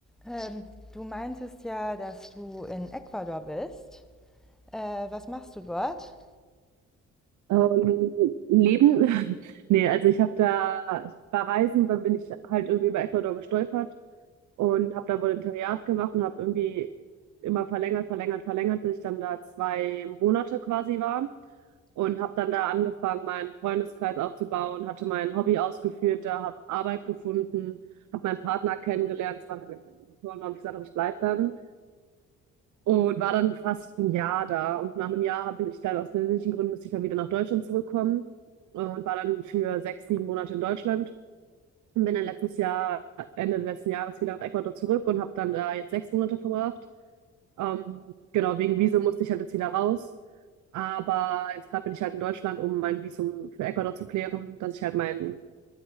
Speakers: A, in the centre; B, on the right (about 75°).
A: Ähm, du meintest ja, dass du in Ecuador bist. Äh, was machst du dort?
B: Ähm, Leben? <laughs> Nee, also ich habe da, ich war reisen, dann bin ich halt irgendwie über Ecuador gestolpert und habe da Volontariat gemacht und habe irgendwie immer verlängert, verlängert, verlängert, bis ich dann da zwei Monate quasi war und habe dann da angefangen, meinen Freundeskreis aufzubauen, hatte mein Hobby ausgeführt, da habe Arbeit gefunden, habe meinen Partner kennengelernt, das war und habe gesagt, hab, ich bleib dann. Und war dann fast ein Jahr da. Und nach einem Jahr habe ich dann aus persönlichen Gründen musste ich dann wieder nach Deutschland zurückkommen äh, und war dann für sechs, sieben Monate in Deutschland und bin dann letztes Jahr, Ende letzten Jahres wieder nach Ecuador zurück und habe dann da jetzt sechs Monate verbracht. Ähm, genau, wegen Visum musste ich halt jetzt wieder raus. Aber jetzt gerade bin ich halt in Deutschland, um mein Visum für Ecuador zu klären, dass ich halt mein